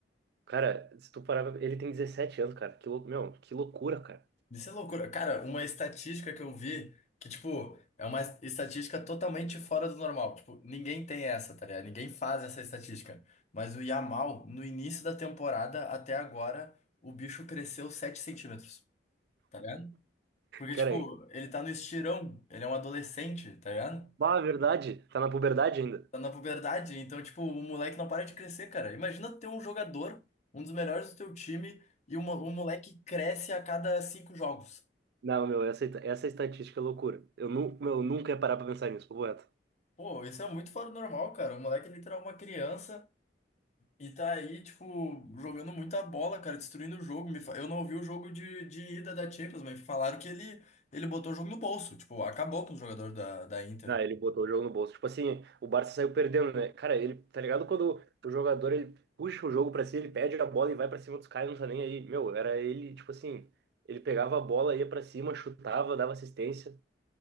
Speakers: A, on the right; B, on the left.
A: Cara, se tu parar, pra- ele tem 17 anos, cara. Que lou... Meu, que loucura, cara.
B: Isso é loucura. Cara, uma estatística que eu vi, que, tipo, é uma estatística totalmente fora do normal. Tipo, ninguém tem essa, tá ligado? Ninguém faz essa estatística. Mas o Yamal, no início da temporada até agora, o bicho cresceu 7 centímetros, tá ligado? Porque,
A: Cara,
B: tipo, ele tá no estirão, ele é um adolescente, tá ligado?
A: ah, é verdade, tá na puberdade ainda.
B: Tá na puberdade, então, tipo, o moleque não para de crescer, cara. Imagina ter um jogador, um dos melhores do teu time, e o mo- o moleque cresce a cada cinco jogos.
A: Não, meu, essa, essa estatística é loucura. Eu, nu, meu, eu nunca ia parar pra pensar nisso, papo reto.
B: Pô, isso é muito fora do normal, cara. O moleque é literal uma criança e tá aí, tipo, jogando muita bola, cara, destruindo o jogo. Me fa- Eu não ouvi o jogo de, de ida da Champions, mas falaram que ele, ele botou o jogo no bolso. Tipo, acabou com o jogador da, da Inter.
A: Ah, ele botou o jogo no bolso. Tipo assim, o Barça saiu perdendo, né? Cara, ele, tá ligado quando o jogador ele puxa o jogo pra si, ele pede a bola e vai pra cima dos caras, não tá nem aí. Meu, era ele, tipo assim, ele pegava a bola, ia pra cima, chutava, dava assistência.